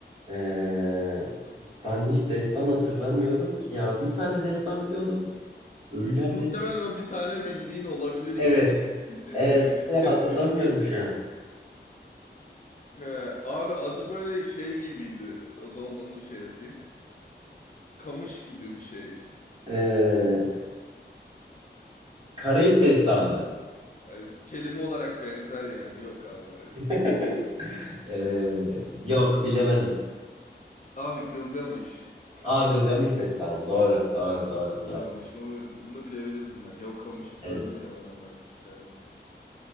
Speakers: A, on the right (about 30°); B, on the left (about 45°).
A: Ee, ben hiç destan hatırlamıyorum ki ya. Bir tane destan biliyordum. Ölüler
B: Muhtemelen
A: destan.
B: o bir tane bildiğin olabilir yani.
A: Evet. Evet.
B: <laughs>
A: Hatırlamıyorum şu an.
B: He, abi adı böyle şey gibiydi. O zaman onu şey yapayım. Kamış gibi bir şey.
A: Ee, Karayip destanı.
B: Yani kelime olarak benzer yani. Yok abi.
A: <laughs> Ee, yok bilemedim.
B: Abi Gılgamış.
A: Aa Gılgamış destanı. Doğru. Doğru. Doğru.
B: Gılgamış.
A: Doğru.
B: Bunu, bunu bilebilirdim belki. Ya o kamışı söyledim
A: Evet.
B: ya oradan belki çıkardım.